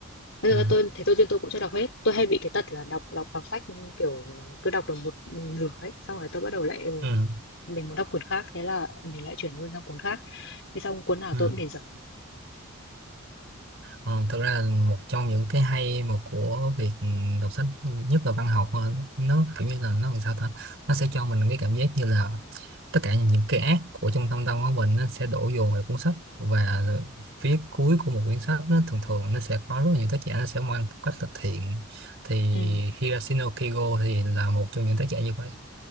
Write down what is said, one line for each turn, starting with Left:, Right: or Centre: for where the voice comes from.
Left: Thế là
Right: ừ
Left: tôi thế tôi trên tôi cũng chưa đọc hết tôi hay bị cái tật là đọc đọc đọc sách kiểu cứ đọc được một nửa ấy xong rồi tôi bắt đầu lại ờ,
Right: ừ
Left: mình muốn đọc cuốn khác thế là mình lại chuyển luôn sang cuốn khác thế xong cuốn nào
Right: ừ
Left: tôi cũng để dở
Right: Ờ, thực ra là một trong những cái hay mà của việc đọc sách nhất là văn học ờ, nó kiểu như là nó làm sao ta nó sẽ cho mình cái cảm giác như là tất cả những cái ác của trong thâm tâm của mình nó sẽ đổ dồn về cuốn sách và phía cuối của một cuốn sách nó thường thường nó sẽ có rất là nhiều tác giả nó sẽ mang một cách là thiện thì
Left: ừ.
Right: Hiroshino Kigo thì là một trong những tác giả như vậy